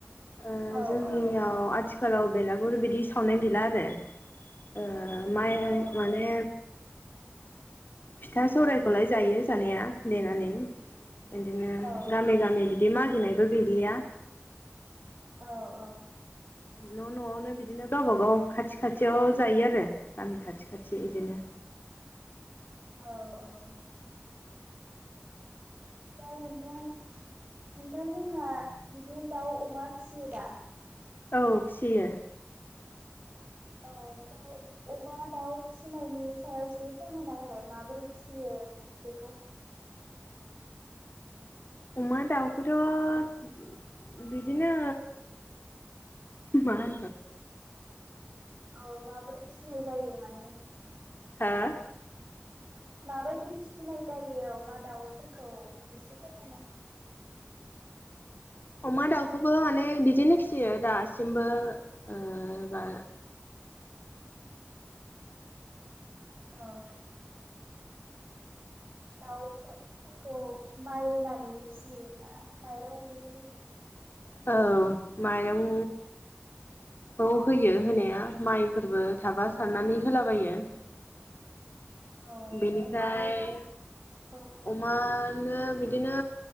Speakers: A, on the left; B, on the right.
A: ओ
B: औ
A: जोंनियाव
B: औ
A: आथिखालाव बेलागुर बिदि सावनाय गैला आरो। ओ माइ
B: औ
A: माने फिथा सौरायखौलाय जायो जानाया देनानै। इदिनो
B: औ
A: गामि गामि बि दि मागिनायबो गैलिया।
B: औ औ।
A: न' न'आवनो बिदिनो गावबा गाव खाथि खाथियाव जायो आरो गामि खाथि खाथि इदिनो।
B: औ औ। ओमफ्राय नोंथां नोंथांमोनहा बिदिनो दाउ अमा फिसियो दा?
A: औ फिसियो।
B: औ ओमफ्राय अमा दाउ फिसिनायनि सायावसो फोरमायनालाय माबोरै फिसियो बेखौ?
A: अमा दाउखौथ' <inaudible> बिदिनो मा <unintelligible>
B: औ माबोरै फिनाय जायो माने?
A: हा
B: माबायदि फिसिनाय जायो अमा दाउफोरखौ एसे फोरमायना <inaudible>
A: अमा दाउखौबो माने बिदिनो फिसियो दासिमबो ओ बा
B: औ दाउफो फोरखौ माइ होनानै फिसियोना माइरं बेफोरबायदि
A: औ माइरं खौ होयो होनाया माइफोरबो थाबा सारनानै होलाबायो।
B: औ
A: बेनिफ्राय
B: अमा <unintelligible> औ
A: अमानो बिदिनो